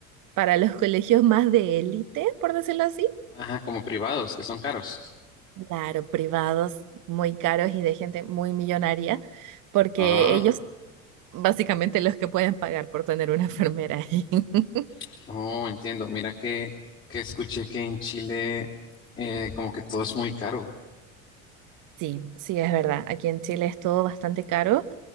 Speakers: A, on the right (about 45°); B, on the left (about 30°).
A: para los colegios más de élite, por decirlo así.
B: Ajá, como privados, que son caros.
A: Claro, privados muy caros y de gente muy millonaria, porque
B: Ah,
A: ellos básicamente los que pueden pagar por tener una enfermera ahí. <laughs>
B: Sí. oh, entiendo. Mira que, que escuché que en Chile eh, como que todo es muy caro.
A: Sí, sí, es verdad. Aquí en Chile es todo bastante caro.